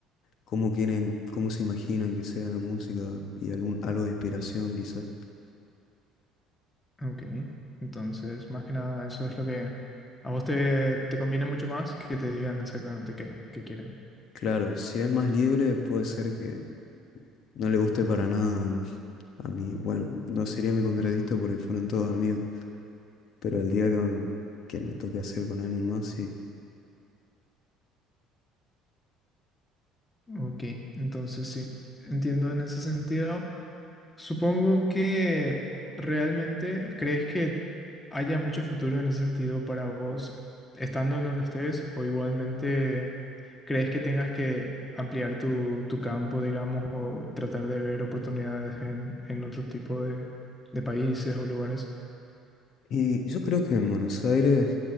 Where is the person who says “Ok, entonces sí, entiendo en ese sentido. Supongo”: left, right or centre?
Left